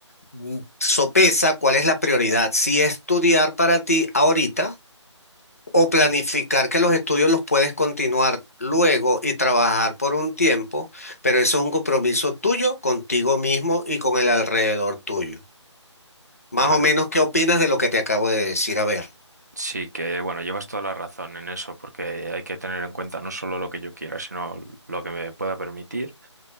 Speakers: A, on the left; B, on the right.
A: mm, sopesa cuál es la prioridad, si estudiar para ti ahorita o planificar
B: ujú.
A: que los estudios los puedes continuar luego y trabajar por un tiempo, pero eso es un compromiso tuyo contigo mismo y con el alrededor tuyo. Más
B: A ver,
A: o menos, ¿qué opinas de lo que te acabo de decir? A ver,
B: sí que, bueno, llevas toda la razón en eso, porque hay que tener en cuenta no solo lo que yo quiera, sino lo que me pueda permitir